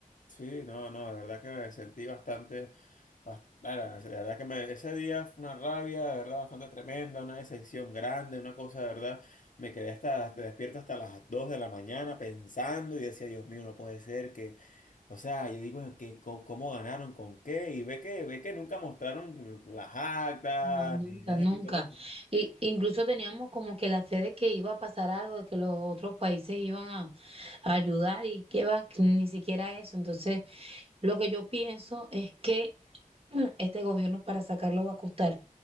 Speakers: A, on the left; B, on the right.
A: Sí, no, no, de verdad que me sentí bastante, bas- bueno, de verdad que me- ese día fue una rabia, de verdad, bastante tremenda, una decepción grande, una cosa de verdad, me quedé hasta, te despierto hasta las 2 de la mañana pensando y decía, Dios mío, no puede ser que, o sea, yo digo, que, co- ¿cómo, ganaron? ¿Con qué? Y ve que, ve que nunca mostraron las actas
B: No, nunca,
A: ni nada
B: nunca.
A: de ese tipo de cosas.
B: Y, incluso teníamos como que la fe de que iba a pasar algo, de que los otros países iban a, a ayudar y que va, que ni siquiera eso. Entonces, lo que yo pienso es que mm, este gobierno para sacarlo va a costar